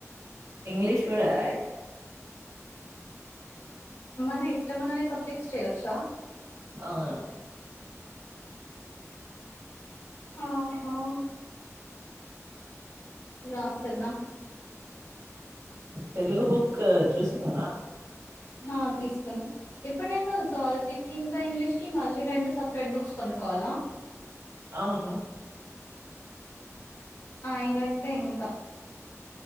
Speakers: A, on the right; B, on the left.
A: ఇంగ్లీష్ కూడా రాయి
B: మన ఇష్టం న్నన్ని సబ్జెక్ట్స్ చెయొచ్చా
A: అవును
B: ఆహా రా సేద్ధం
A: తెలుగు బుక్ చూసినవా
B: ఆ తీసుకున్నా ఇప్పుడు నేను జ్వాలాజీకి ఇంకా ఇంగ్లీష్ మళ్ళీ రెండు సపరేట్ బుక్స్ కొనుక్కోవాలా
A: అవును
B: అయినట్టే ఇంకా